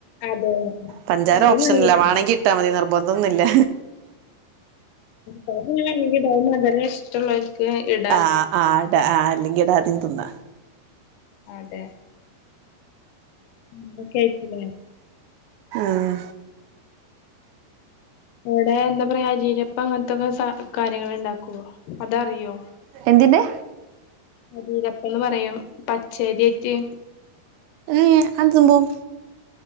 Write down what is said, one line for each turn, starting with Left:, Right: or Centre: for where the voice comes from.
Left: അതെ.
Right: പഞ്ചാരഓപ്ഷൻല്ല
Left: അത് നല്ലതല്ലേ.
Right: വണെങ്കി ട്ടാ മതി നിർബന്തൊന്നുല്ല
Left: പഞ്ചസാര ങ്ങ്നേണ്ടങ്കിടാ അഅ് മധുരഷ്ട്ടള്ളോര് <unintelligible>
Right: ആഹ് ആടാ ആഹ് അല്ലെങ്കിൽ ആദ്യം തിന്ന
Left: അതെ ഉമ്മു കയിച്ചിലേ
Right: ഉം
Left: എവിടെ എന്തപറയാ ജീരപ്പം അങ്ങൻത്താെക്കെ സാ കാര്യങ്ങ ള് ഇണ്ടാക്കുവോ അതറിയോ
Right: എന്തിന്റെ
Left: ആഹ് ജീരപ്പംന്ന് പറയും പച്ചര്യേറ്റ്
Right: ഏഹ് അതെന്താണ്